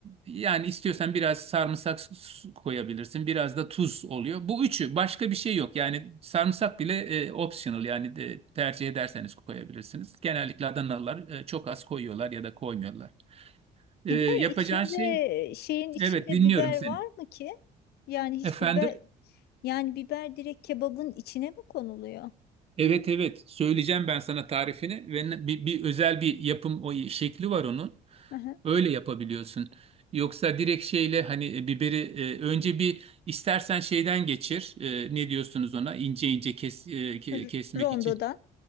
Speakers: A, on the right; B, on the left.
A: yani istiyorsan biraz sarımsak s- s- koyabilirsin. Biraz da tuz oluyor. Bu üçü başka bir şey yok. Yani sarımsak bile e, optional yani de, tercih ederseniz koyabilirsiniz. Genellikle Adanalılar e, çok az koyuyorlar ya da koymuyorlar. E,
B: Biber
A: yapacağın
B: içinde
A: şey
B: şeyin içinde
A: evet dinliyorum
B: biber
A: seni.
B: var mı ki? Yani hiç
A: Efendim?
B: biber yani biber direkt kebabın içine mi konuluyor?
A: Evet evet söyleyeceğim ben sana tarifini ve ne- bir, bir özel bir yapım o şekli var onun.
B: Hı hı.
A: Öyle yapabiliyorsun. Yoksa direkt şeyle hani e, biberi e, önce bir istersen şeyden geçir. E, ne diyorsunuz ona? İnce ince kes, e, ke-
B: R-
A: kesmek
B: Rondodan.
A: için.